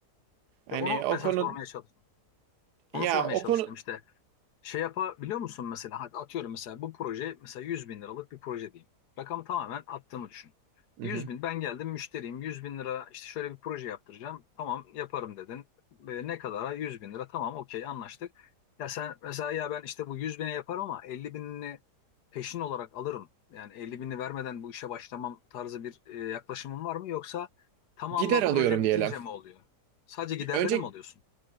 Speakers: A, on the left; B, on the right.
A: İşte
B: Hani
A: onu
B: o
A: mesela
B: konu
A: sormaya çalıştım. Onu
B: ya
A: sormaya
B: o
A: çalıştım
B: konu
A: işte Şey yapabiliyor musun mesela? Hadi atıyorum mesela bu proje mesela 100 bin liralık bir proje diyeyim. Rakamı tamamen attığımı düşün.
B: Hı
A: 100
B: hı.
A: bin ben geldim müşteriyim 100 bin lira işte şöyle bir proje yaptıracağım. Tamam yaparım dedin. Böyle ne kadara 100 bin lira tamam okey anlaştık. Ya sen mesela ya ben işte bu 100 bine yaparım ama 50 binini peşin olarak alırım. Yani 50 bini vermeden bu işe başlamam tarzı bir e, yaklaşımın var mı? Yoksa tamamı
B: gider alıyorum
A: proje bitince
B: diyelim.
A: mi oluyor? Sadece giderleri
B: Bir- Önce
A: mi alıyorsun?